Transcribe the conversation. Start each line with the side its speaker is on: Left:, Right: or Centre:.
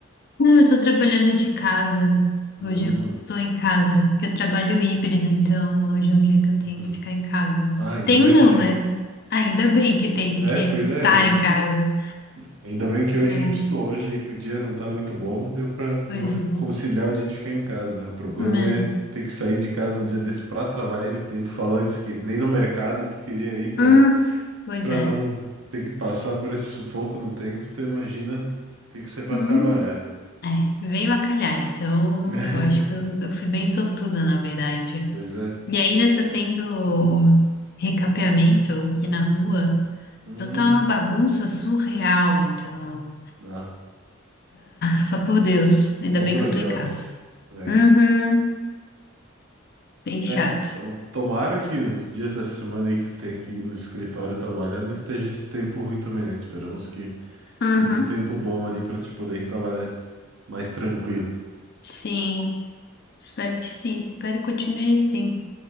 Left: Não, eu tô trabalhando de casa.
Right: Hum,
Left: Hoje eu tô em casa, porque eu trabalho híbrido, então hoje é um dia que eu
Right: uhum.
Left: tenho que ficar em casa.
Right: Ah, ainda
Left: Tenho
Right: bem
Left: não,
Right: que.
Left: né? Ainda bem que tenho
Right: É,
Left: que
Right: pois
Left: estar
Right: é, eu ia
Left: em
Right: dizer.
Left: casa.
Right: Ainda bem que hoje,
Left: É,
Right: justo hoje aí, que o dia não tá muito bom, deu pra, deu
Left: pois
Right: pra
Left: é.
Right: conciliar o dia de ficar em casa, né? O problema
Left: Né?
Right: é ter que sair de casa num dia desse pra trabalhar, ainda que nem tu falou antes que nem no mercado tu queria ir pra
Left: Hum, pois
Right: Para
Left: é.
Right: não ter que passar por esse sufoco no tempo, tu imagina ter que ser para
Left: Hum.
Right: trabalhar, né?
Left: É, veio a calhar, então
Right: <laughs>
Left: eu acho que eu, eu fui bem sortuda, na verdade.
Right: Pois é.
Left: E ainda tá tendo recapeamento aqui na rua,
Right: Hum,
Left: então tá uma bagunça surreal, então.
Right: ah,
Left: Só por Deus. Ainda
Right: obras
Left: bem que eu tô
Right: e
Left: em
Right: obras.
Left: casa.
Right: É.
Left: Uhum. Bem chato.
Right: É. Então, tomara que os dias dessa semana aí que tu tem que ir no escritório trabalhar não esteja esse tempo ruim também, né? Esperamos que
Left: Uhum.
Right: fique um tempo bom ali para te poder ir trabalhar mais tranquilo.
Left: Sim. Espero que sim. Espero que continue assim.